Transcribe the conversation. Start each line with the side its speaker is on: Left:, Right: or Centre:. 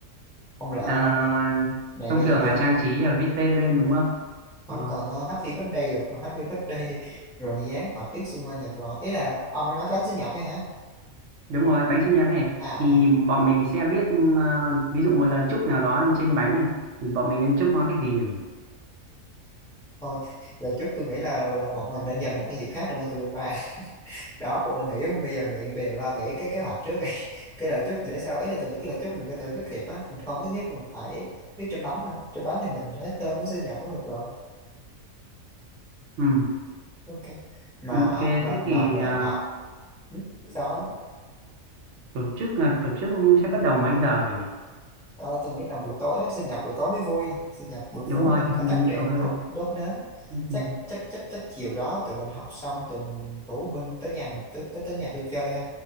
Centre: không lẽ ờ,
Right: à,
Centre: này
Right: thông
Centre: bây
Right: thường
Centre: giờ tưởng
Right: là trang
Centre: lúc
Right: trí là viết tên lên đúng không
Centre: không
Right: Ờ,
Centre: cần ờ, happy birthday được mà happy birthday <laughs> rồi dán họa tiết xung quanh được rồi ý là ông ấy nói có bánh sinh nhật hay hả
Right: đúng rồi bánh sinh nhật ấy
Centre: à
Right: thì
Centre: à,
Right: bọn mình sẽ viết ờ, ví dụ một lần chúc nào đó lên trên bánh này thì bọn mình nên chúc nó cái gì rồi nhỉ
Centre: thôi đợt chút tôi nghĩ là là bọn mình nên dành một cái dịp khác để mà tụi mình ba đó một mình nghĩ bây giờ nghĩ bây giờ lo nghĩ cái kế hoạch trước đi <laughs> cái lời chúc để sau ấy là tôi nghĩ cái lời chúc mình có thể viết thiệp á mình không nhất thiết mình phải viết trên bánh ha trên bánh thì mình để tên với sinh nhật cũng được rồi
Right: ừ
Centre: ok mà
Right: ok
Centre: à, mà
Right: thế
Centre: mà
Right: thì
Centre: mà,
Right: ờ,
Centre: mà. Ừ, sao á?
Right: tổ chức là tổ chức sẽ bắt đầu mấy giờ rồi nhỉ
Centre: Ờ, tôi nghĩ là buổi tối á, sinh nhật buổi tối mới vui sinh nhật buổi
Right: đúng
Centre: tối
Right: rồi
Centre: mình
Right: <laughs>
Centre: có
Right: thì
Centre: tắt
Right: đúng
Centre: đèn
Right: tối rồi
Centre: đốt, đốt nến
Right: Thế
Centre: chắc
Right: thì,
Centre: chắc chắc chắc chiều đó tụi mình học xong tụi mình rủ Minh tới nhà mình tới tới, tới nhà tôi chơi ha